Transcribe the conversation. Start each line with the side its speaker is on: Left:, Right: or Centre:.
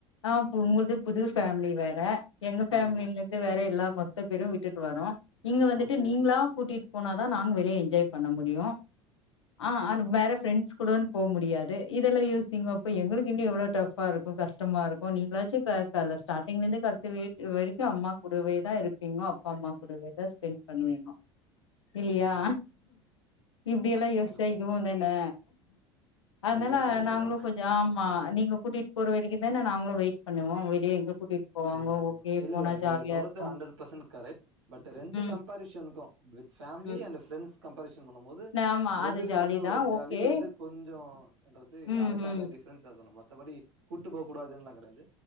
Left: ஆ உங்கள்து புது ஃபேமிலி வேற எங்க ஃபேமிலில
Right: ஆஹா
Left: வேற எல்லா மொஸ்த பேரும் விட்டுட்டு வாறோம் இங்க வந்துட்டு
Right: ஓகே
Left: நீங்களா கூட்டிட்டு போனாதா நாங்க வெளிய என்ஜாய் பண்ண முடியும் ஆ வேற ஃப்ரெண்ட் கூட போ முடியாது இதெல்லா யோசீங்க அப்போ எங்களுக்கு இன்னும் எவ்வளோ டஃபா இருக்கும் கஷ்டமா இருக்கும் நீங்களாச்சும் கா ஸ்டார்டிங்ல இருந்து கடைசி வரைக்கும் அம்மாகூடவே தான் இருப் எப்பயுமோ அப்பா அம்மா கூடவேதான் ஸ்பெண்ட் பண்ணுவன் நான் இல்லையா
Right: ம்
Left: இப்படியெல்லாம்
Right: கரெக்ட்
Left: யோசிச்சா இதுவும் தானே அதனால
Right: அதுவு கரெக்ட்
Left: நாங்களும்
Right: தா
Left: கொஞ்சம் ஆமா நீங்க கூடியிட்டு போற வரைக்கு தானே நாங்களும் வெயிட் பண்ணுவோ வெளிய எங்க கூட்டிட்டு போவாங்க
Right: ம்
Left: ஓகே
Right: இல்ல
Left: போனா
Right: நீங்க
Left: ஜாலியா
Right: சொல்றது
Left: இருக்கு
Right: அண்டரட்சன்ட் கரெக்டு பட் ரெண்டு
Left: ம்
Right: கம்பேரிசன் எனக்கும் வித் பேமிலி
Left: ம்
Right: அண்ட் பிரெண்ட்ஸ் கம்பரிசன் பண்ணும் போது
Left: நா- ஆமா அது
Right: எது
Left: ஜாலி
Right: வந்து ஒரு
Left: தா
Right: ஜாலி
Left: ஓகே
Right: எது கொஞ்சம் எங்களுக்கு
Left: ம்
Right: அதுக்காக
Left: ம்
Right: டிஃபரன்ஸ் தான் மத்தபடி கூப்பிட்டு போக கூடாதுன்னுல்லாம் கிடையாது